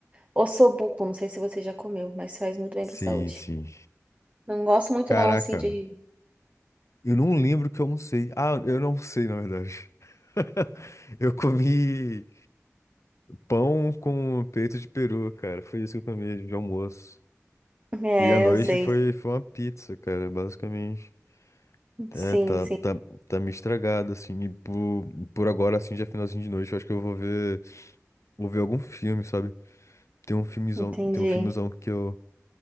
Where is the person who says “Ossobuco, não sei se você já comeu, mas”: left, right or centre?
Right